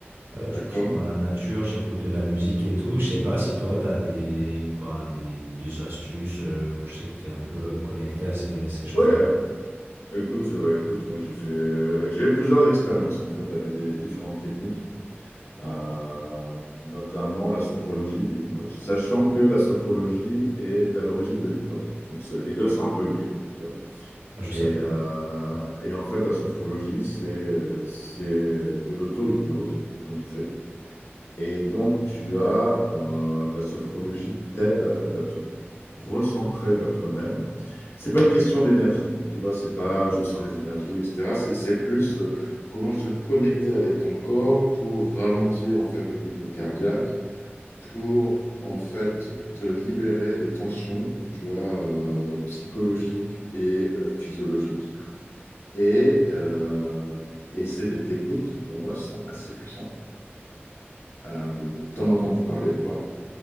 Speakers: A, on the right (about 60°); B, on the left (about 65°).
A: Euh, genre,
B: d'accord.
A: je fais dans la nature, j'écoute de la musique et tout. Je sais pas si toi t'as des bah des des astuces. euh, je sais que t'es un peu connecté à ces ces choses-là.
B: Oui, euh, écoute, euh, ouais, écoute, moi j'ai fait, euh, j'ai eu plusieurs expériences en fait avec des différentes techniques, euh, notamment la sophrologie et l'hypnose, sachant que la sophrologie est à l'origine de l'hypnose. Donc c'est- les deux sont un peu liés. tu vois.
A: Ah, Je
B: Et,
A: savais pas.
B: euh, et en fait, la sophrologie, c'est euh, c'est de l'auto-hypnose que l'on fait. Et donc, tu as euh, la sophrologie t'aide à, fait, à te recentrer vers toi-même. C'est pas une question d'énergie, tu vois, c'est pas je sens les énergies, etc. C'est c'est plus euh, comment se connecter avec ton corps pour ralentir en fait le rythme cardiaque, pour en fait te libérer des tensions que tu as euh, psychologiques et euh, physiologiques. Et, euh, et c'est des techniques qui pour moi sont assez puissantes. Euh, t'en as entendu parler ou pas?